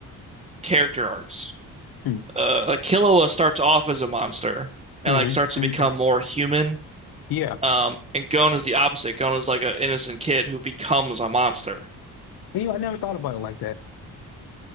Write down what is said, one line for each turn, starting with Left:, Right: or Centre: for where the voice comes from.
Right: character arcs.
Left: hmm
Right: Uh, like Killua starts off as a monster and
Left: hmm
Right: like starts to
Left: And,
Right: become more human.
Left: yeah.
Right: Um, and Gon is the opposite. Gon is like an innocent kid who becomes a monster.
Left: You know, I never thought about it like that.